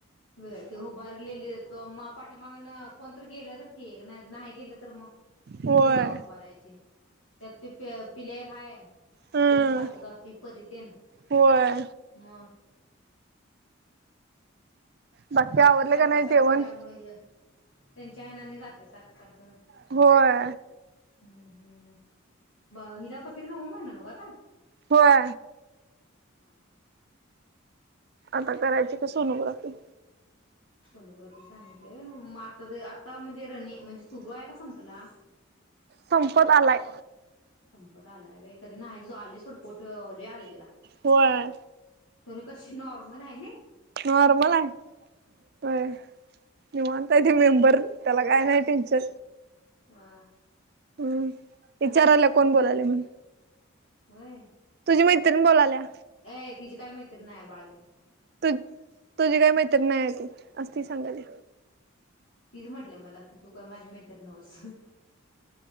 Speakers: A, on the left; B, on the right.
A: व ते उभारलेली तो पाठीेमागण कोणत गेलं तर ठीक नाही नाही गेलं तर मग
B: होय
A: तुझ जाऊन उभ राहायचे त्यात ते प पिलेय खाय
B: हम्म
A: तेन सारखं जातय परी तेन
B: होय
A: म
B: बाकी
A: गाता
B: आवरले
A: सारखं
B: का नाही
A: सारखं
B: जेवण
A: त्यामुळे हे त्यांच्या आऐनांनी जातं सारख सारखं
B: होय
A: हम्म हम्म ब हिरापत्री न होम आहे ना न का आता
B: होय
A: हा हा
B: आता करायची की सोनोग्राफी
A: सोनोग्राफी सांगितलेय मग आता ते आता म्हणजे रनि म्हणजे सुरू आहे का संपला
B: संपद आलाय
A: संपत आलाय वे तरी नाही तू आले थोड पोट ले आले तिला
B: होय
A: तरी कशी नॉर्मल आहे नी
B: नॉर्मल आहेय व्हय निवांत हाय ते मेंबर त्याला काय नाही टेंचं
A: हा
B: हम्म विचारला कोन बोललाली म
A: वय
B: ती मैत्रीन बोलाल्या
A: अ तिची काय मैत्रीन नाही बाळमी
B: तु तुझी काही मैत्री नाही आहे ती असती सांगाली
A: तीच म्हणटल्या मला ती पण माझ्या मैत्रीण न्हवस